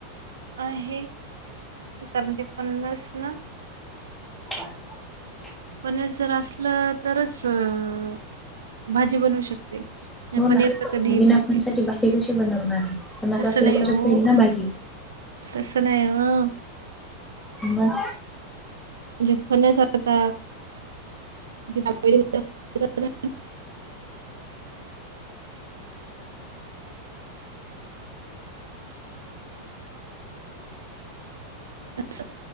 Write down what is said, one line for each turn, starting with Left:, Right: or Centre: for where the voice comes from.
Right: आहे, तर कारण ते फणसना
Centre: <inaudible>
Right: फणस जर असलं तरचं भाजी बनवू शकते, आणि
Centre: हो ना
Right: पनीर तर कधीही
Centre: बिना
Right: भेटते.
Centre: फणसाची भाजी कशी बनवणार आहे फणस
Right: तसं
Centre: असलं
Right: नाही
Centre: तरच
Right: वो,
Centre: होईल ना भाजी
Right: तसं नाही वो.
Centre: मग.
Right: म्हणजे फणस आता <unintelligible> <inaudible> <unintelligible> <inaudible> तसं